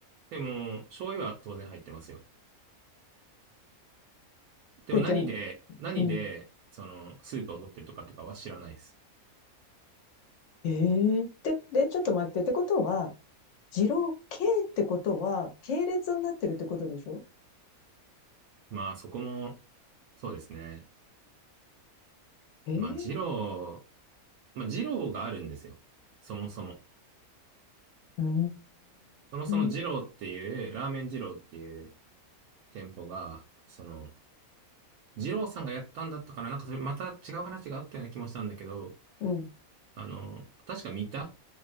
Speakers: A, on the right; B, on the left.
A: でも、醤油は当然入ってますよ。でも何で、
B: で、じゃあ、
A: 何で、
B: うん。
A: その、スープを取ってるとかとかは知らないです。
B: ええーで、で、ちょっと待って。ってことは、二郎系ってことは、系列になってるってことでしょ
A: まあ、そこも、そうですね。
B: ええ
A: まあ、二郎、まあ、二郎があるんですよ。そもそも。
B: ーうー
A: そもそも二郎っていう、
B: ん。
A: ラーメン二郎っていう店舗が、その、二郎さんがやったんだったかななんかそれ、また違う話があったような気もしたんだけど、
B: うん。
A: あの、確か三田